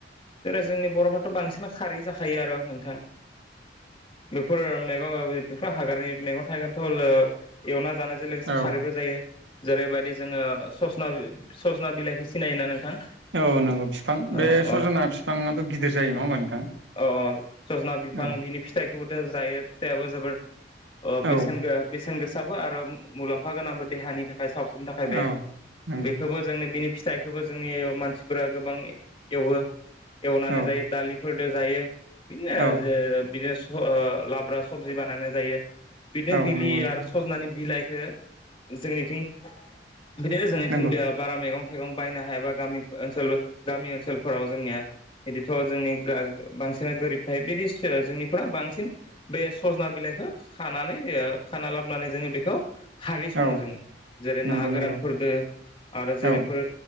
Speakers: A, on the left; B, on the right.
A: जेरै जोंनि बर'फ्राथ' बांसिन खारै जाखायो आरो नोंथां। बेफोर मैगं बेफोर हागारनि मैगं थायगोनथ' एवना जानायजों लोगोसे
B: औ
A: खारैबो जायो। जेरैबायदि जोङो ससना सजना बिलाइख सिनायोना नोंथां?
B: औ नंगौ बिफां
A: अ
B: बे
A: अ
B: सजना बिफाङाथ' गिदिर जायो नङा होमबा नोंथां।
A: अ सजना बिफां
B: औ
A: बिनि फिथाइखौबो जायो फिथाइयाबो जोबोर से
B: औ
A: बेसेन गोसाबो आरो मुलाम्फा गोनांबो देहानि थाखाय साब नि थाखाय बे
B: औ नंगौ
A: बेखौबो जोंनि बिनिफि फिथाइखौबो जोंनि मानसिफोरा गोबां एवो एवनानै
B: औ
A: जायो दालिफोरजों जायो बिदिनो
B: औ
A: बिनो लाब्रा सबजि बानायनाय जायो बिदिनो
B: औ
A: बिलि
B: नंगौ नोंथां
A: आरो सजनानि बिलाइ बि जोंनिथिं बिदिनो जोंनिथिं
B: नंगौ
A: बारा मैगं थाइगं बायनो हायाबा गामि ओनसोल गामि ओनसोलफोराव जोंनिया बिदिथ' जोंनि बांसिनना गोरिब थायो बिदि जोंनिफोरा बांसिन बे सजना बिलाइखौ खानानै खाना लाबोनानै जोङो बेखौ खारि सङो
B: औ
A: जोङो जेरै
B: नंगौ
A: ना गोरानफोरद़
B: नंगौ
A: आरो जेरैफोर
B: औ